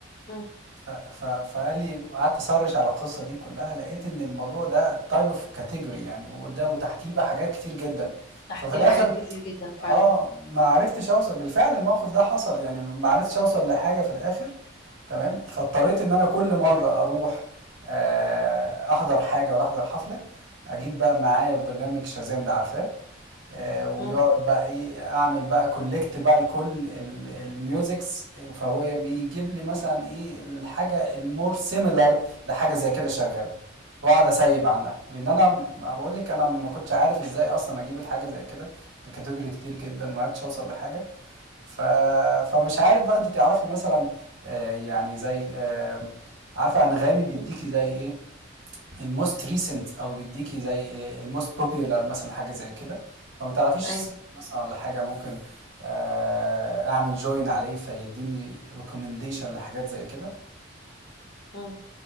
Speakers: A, on the left; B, on the right.
A: مم.
B: ف... ف... فقال لي قعدت اسرش على القصه دي كلها لقيت ان الموضوع ده تايب اوف كاتيجوري يعني وقدام وتحتيه
A: مم.
B: بقى حاجات كتير جدا
A: صح
B: ففي
A: دي
B: الاخر
A: حاجات كتير جدا فعلا
B: اه ما عرفتش اوصل بالفعل الموقف ده حصل يعني ما عرفتش اوصل لحاجه في الاخر تمام فاضطريت ان انا كل مره اروح آه، احضر حاجه ولا احضر حفله اجيب بقى معايا برنامج شازام ده عارفاه آه، ويقعد
A: مم.
B: بقى ايه اعمل بقى كولكت بقى لكل ال- الميوزكس فهو بيجيب لي مثلا ايه الحاجه المور سيميلر لحاجه زي كده شغاله واقعد اسيب عنها لان انا ما بقول لك انا ما كنتش عارف ازاي اصلا اجيب الحاجه زي كده دي كاتيجوري كتير جدا ما عرفتش اوصل لحاجه ف... فمش عارف بقى انت تعرفي مثلا آه، يعني زي آه، عارفه انغامي بيديكي
A: مم.
B: زي ايه الموست ريسنت او بيديكي زي إيه الموست بوبيولار مثلا حاجه زي كده فما تعرفيش
A: ايوه
B: السايت مثلا ولا حاجه ممكن آه، اعمل جوين عليه فيديني ريكومنديشن لحاجات زي كده
A: مم.